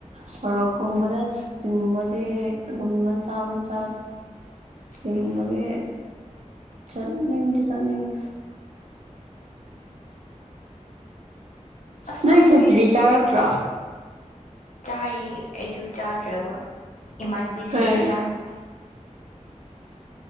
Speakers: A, on the right; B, on the left.
A: ꯁꯣꯔꯣꯛ ꯀꯨꯝꯕꯗ ꯆꯤꯝꯕꯗꯤ ꯑꯗꯨꯝ ꯃꯆꯥ ꯃꯆꯥꯅꯦ ꯆꯤꯡꯕꯒꯤ
B: ꯎꯝ
A: ꯆꯠꯅꯤꯡꯗꯤ ꯆꯠꯅꯤꯡꯉꯤ
B: ꯑꯁ
A: ꯅꯣꯏ
B: ꯑꯩꯈꯣꯏ
A: ꯈꯦꯆ꯭ꯔꯤ ꯆꯥꯔꯛꯇ꯭ꯔꯣ
B: ꯆꯥꯏꯌꯦ ꯑꯩꯗꯨ ꯆꯥꯗ꯭ꯔꯕ ꯏꯃꯥꯟꯕꯤꯁꯤꯡꯒꯤ
A: ꯀꯩ
B: ꯆꯥꯅꯩꯌꯦ